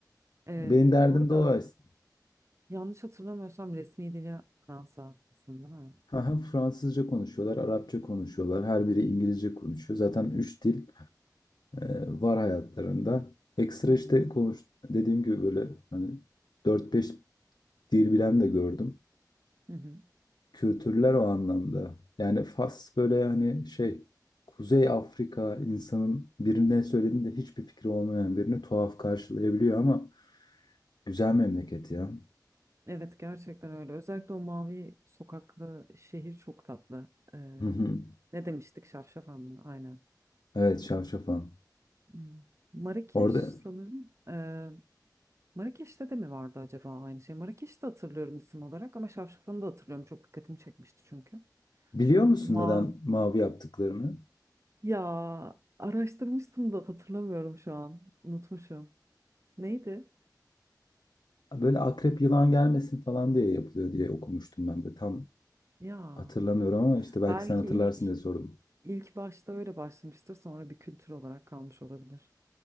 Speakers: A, on the right (about 40°); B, on the left (about 85°).
A: Ee,
B: Benim derdim
A: bu arada
B: de o aslında.
A: yanlış hatırlamıyorsam resmi dili Fransa aslında değil mi?
B: Ha, Fransızca konuşuyorlar, Arapça konuşuyorlar. Her biri İngilizce konuşuyor. Zaten üç dil. e, var hayatlarında. Ekstra
A: Hı hı.
B: işte konuş dediğim gibi böyle hani dört beş dil bilen de gördüm.
A: Hı hı.
B: Kültürler o anlamda. Yani Fas böyle hani şey Kuzey Afrika insanın birine söylediğinde hiçbir fikri olmayan birini tuhaf karşılayabiliyor ama güzel memleket ya.
A: Evet gerçekten öyle. Özellikle o mavi sokaklı şehir çok tatlı. Ee,
B: Hı hı.
A: ne demiştik? Şafşafan mı? Aynen.
B: Evet Şavşafan.
A: Hmm. Marrakeş
B: Orada
A: sanırım. Ee, Marrakeş'te de mi vardı acaba aynı şey? Marrakeş'te hatırlıyorum isim olarak ama Şafşafan'ı da hatırlıyorum. Çok dikkatimi çekmişti çünkü.
B: biliyor musun
A: O mavi.
B: neden mavi yaptıklarını?
A: Ya araştırmıştım da hatırlamıyorum şu an. Unutmuşum. Neydi?
B: Böyle akrep yılan gelmesin falan diye yapılıyor diye okumuştum ben de. Tam
A: Ya
B: Hatırlamıyorum ama işte belki
A: Belki
B: sen hatırlarsın
A: ilk
B: diye sordum.
A: ilk başta öyle başlamıştır, sonra bir kültür olarak kalmış olabilir.